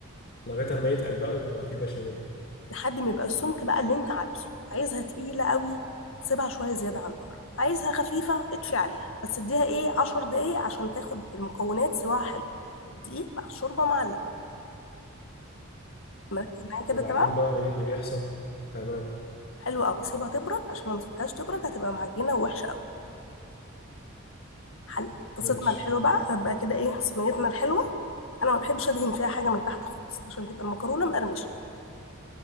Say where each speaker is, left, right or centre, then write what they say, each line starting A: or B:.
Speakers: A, on the left (about 50°); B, on the left (about 65°).
A: لغايه اما يتقل بقى يبقى في بشاميل
B: لحد ما يبقى السمك بقى اللي انت عايزه عايزها تقيله قوي سيبها شويه زياده على النار عايزها خفيفه اطفي عليها بس اديها ايه 10 دقايق عشان تاخد المكونات سواها حلو الدقيق مع الشوربه مع اللبن مركز معايا كده
A: وبعدين
B: تمام
A: بقى ايه اللي بيحصل تمام
B: حلو قوي سيبها تبرد عشان لو ما سبتهاش تبرد هتبقى معجنه ووحشه قوي حل طاستنا
A: ماشي
B: الحلوه بقى هتبقى كده ايه صينيتنا الحلوه انا ما بحبش ادهن فيها حاجه من تحت خالص عشان تبقى المكرونه مقرمشه